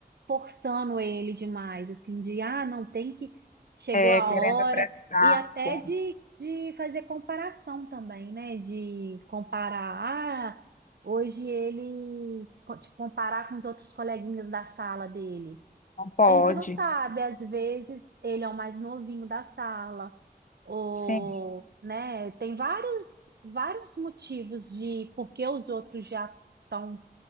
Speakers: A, on the right; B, on the left.
A: forçando ele demais, assim, de ah, não tem que, chegou
B: é,
A: a
B: querendo
A: hora,
B: apressar,
A: e até
B: as coisas,
A: de, de fazer comparação também, né? De comparar, ah, hoje ele, tipo, comparar com os outros coleguinhas da sala dele.
B: não pode.
A: A gente não sabe, às vezes ele é o mais novinho da sala, ou,
B: Sim,
A: né, tem vários, vários motivos de por que os outros já estão